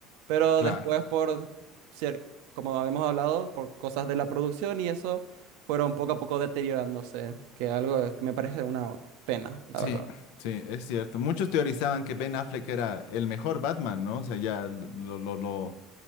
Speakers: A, on the right; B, on the left.
A: pero
B: Claro,
A: después por ser, como habíamos hablado, por cosas de la producción y eso, fueron poco a poco deteriorándose, que algo que me parece una pena, la
B: sí,
A: verdad.
B: sí, es cierto. Muchos teorizaban que Ben Affleck era el mejor Batman, ¿no? O sea, ya lo, lo, lo